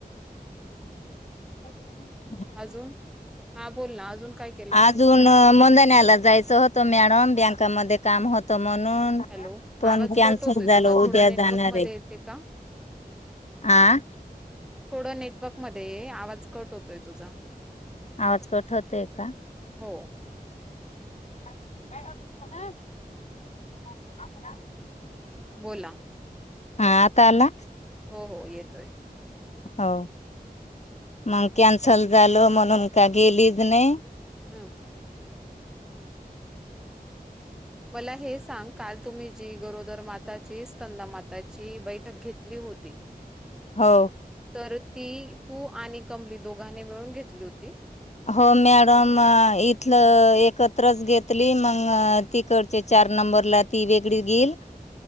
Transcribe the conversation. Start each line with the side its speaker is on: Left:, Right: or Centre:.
Left: <inaudible>
Centre: अजून, हा बोल ना, अजून काय केलं.
Left: अजून मंदण्याला जायचं होतं मॅडम बँकामध्ये काम होत म्हणून
Centre: हॅलो
Left: पण
Centre: आवाज
Left: कॅन्सल
Centre: कट होतोय
Left: झाल
Centre: तुझा
Left: उद्या
Centre: थोडं नेटवर्क
Left: जाणारे
Centre: मध्ये
Left: हे
Centre: येते का
Left: आ
Centre: थोडं नेटवक मध्ये ये आवाज कट होतोय तुझा.
Left: आवाज कट होतेय का?
Centre: हो
Left: <inaudible>
Centre: बोला,
Left: हा आता अला
Centre: हो हो येतोय.
Left: हो, मग कॅन्सल झालं म्हणून का गेलीज नाही.
Centre: हम्म, मला हे सांग, काल तुम्ही जी गरोदर माताची स्तंदामाताची बैठक घेतली होती.
Left: हो,
Centre: तर ती तू आणि कमली दोघांनी मिळून घेतली होती.
Left: हो मॅडम इथलं एकत्रच घेतली मग तिकडचे चार नंबरला ती वेगळी गिल.